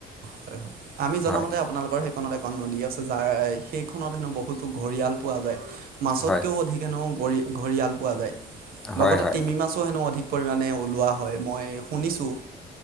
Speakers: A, on the right; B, in the centre.
A: হয়। হয়। আমি জনামতে
B: হয়
A: আপোনালোকৰ সেইখন এখন নদী আছে যাৰ। সেইখনত হেনো বহুতো ঘৰিয়াল পোৱা যায়। মাছতকেও
B: হয়
A: অধিক হেনো কৰি ঘৰিয়াল পোৱা যায়।
B: হয়
A: লগতে
B: হয়
A: তিমি মাছো হেনো অধিক পৰিমাণে ওলোৱা হয়। মই শুনিছোঁ।